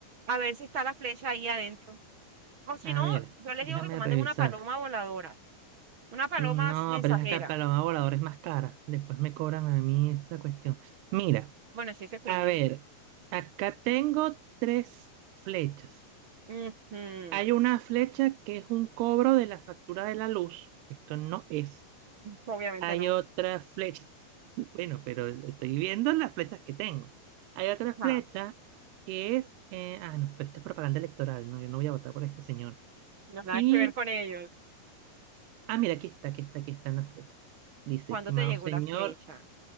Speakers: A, on the right (about 60°); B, on the right (about 90°).
A: a ver si está la flecha ahí adentro. O si
B: A
A: no,
B: ver,
A: yo les
B: déjame
A: digo que te manden
B: revisar.
A: una paloma voladora, una paloma
B: No,
A: mensajera.
B: pero es la paloma voladora es más cara. Después me cobran a mí esa cuestión. Mira,
A: Bueno, si eso es premium.
B: a ver, acá tengo tres flechas.
A: Ujú.
B: Hay una flecha que es un cobro de la factura de la luz. Esto no es.
A: Obviamente
B: Hay
A: no.
B: otra flecha Bueno, pero estoy viendo las flechas que tengo. Hay otra flecha
A: Ajá.
B: que es. eh, ah, no, pero esto es propaganda electoral, ¿no? Yo no voy a votar por este señor.
A: No, nada
B: Y.
A: que ver con ellos.
B: Ah, mira, aquí está, aquí está, aquí está en la flecha. Dice,
A: ¿Cuándo
B: estimado
A: te llegó
B: señor,
A: la flecha?